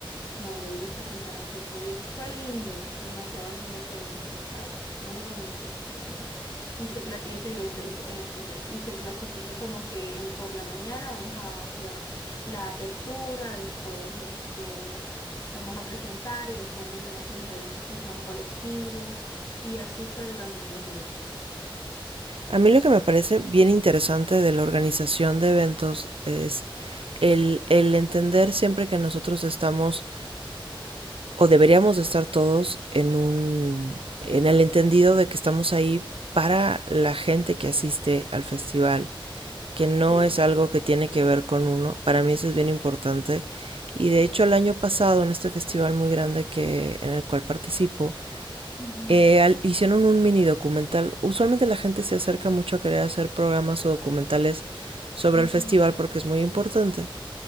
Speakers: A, on the left (about 35°); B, on the right (about 85°).
A: donde ellos presentaron su proyecto. Fue lindo, demasiado lindo ese evento, ¿sabes? Muy bonito, muy evento. Y se, cla- ese evento y se- en especial. Y se clasifica como que el, por la mañana vamos a hacer la apertura, después este, vamos a presentar y después en la noche los eventos que son colectivos. Y así fue durante tres días.
B: A mí lo que me parece bien interesante de la organización de eventos es el, el entender siempre que nosotros estamos o deberíamos de estar todos en un en el entendido de que estamos ahí para la gente que asiste al festival, que no
A: Sí.
B: es algo que tiene que ver con uno. Para mí eso es bien importante. Y de hecho el año pasado en este festival muy grande que en el cual participo,
A: Ujú,
B: eh, al, hicieron un mini documental. Usualmente la gente se acerca mucho a querer hacer programas o documentales sobre
A: ujú.
B: el festival porque es muy importante.